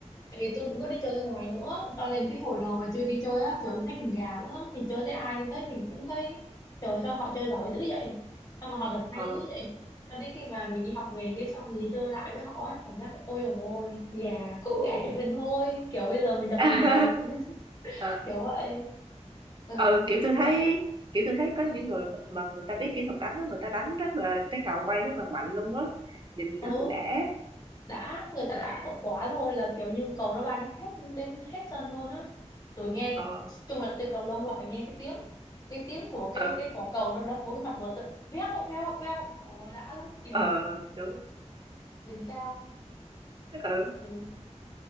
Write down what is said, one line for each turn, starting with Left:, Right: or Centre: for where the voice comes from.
Left: Tại vì tôi cũng có đi chơi ở ngoài nữa Cho nên cái hồi đầu mà chưa đi chơi á Trời thấy mình gà nữa Mình chơi thấy ai thấy mình cũng thấy Trời sao họ chơi giỏi dữ vậy Sao mà họ đập hay
Right: ờ
Left: dữ vậy Cho nên khi mà mình đi học về cái xong mình đi chơi lại với họ ấy, Cảm giác ôi dồi ôi Gà cũng gà như mình thôi Kiểu bây giờ mình đập
Right: <laughs>
Left: được rồi <laughs>
Right: ờ
Left: Kiểu vậy Ừ
Right: Ờ, kiểu tôi thấy kiểu tôi thấy có những người mà người ta biết kỹ thuật đánh đó, người ta đánh rất là cái cầu bay rất là mạnh luôn á nhìn
Left: Ừ
Right: rất là đã
Left: đã người ta đã tốt quá thôi là kiểu như cầu nó ban hết đến hết sân luôn á tôi nghe
Right: ờ
Left: chung là chơi cầu lông là phải nghe cái tiếng cái tiếng của cái
Right: ờ
Left: cái quả cầu nó đập vô cái mặt vợt á veo veo veo trời ơi đã lắm kiểu
Right: ờ đúng
Left: đỉnh cao
Right: ờ
Left: ừ